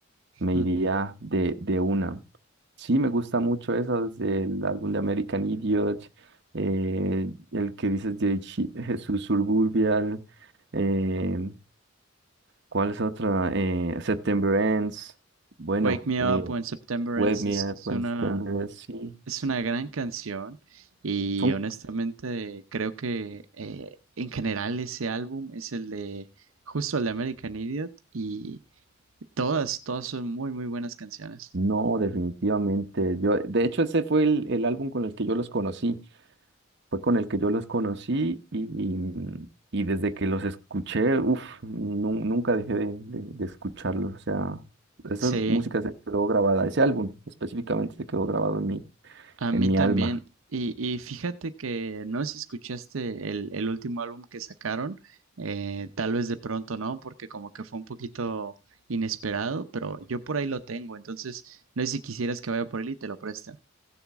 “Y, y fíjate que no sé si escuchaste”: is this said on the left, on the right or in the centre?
Right